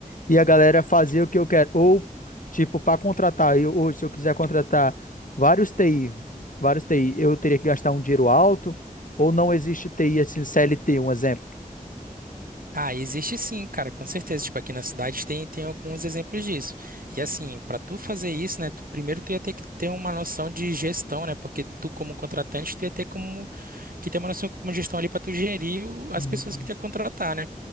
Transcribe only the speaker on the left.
e a galera fazer o que eu quero. Ou, tipo, para contratar, eu, hoje, se eu quiser contratar vários TI, vários TI, eu teria que gastar um dinheiro alto ou não existe TI assim, CLT, um exemplo?
Hum.